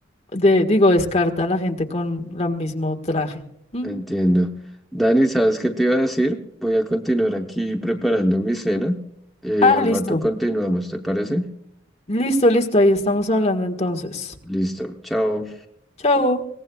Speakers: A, on the left; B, in the centre.
A: de, digo, descarta a la gente con el mismo traje. ¿Mm?
B: entiendo. Dani, ¿sabes qué te iba a decir? Voy a continuar aquí preparando mi cena. Eh,
A: Ah,
B: al
A: listo.
B: rato continuamos, ¿te parece?
A: Listo, listo. Ahí estamos hablando entonces.
B: Listo, chao.
A: Chau.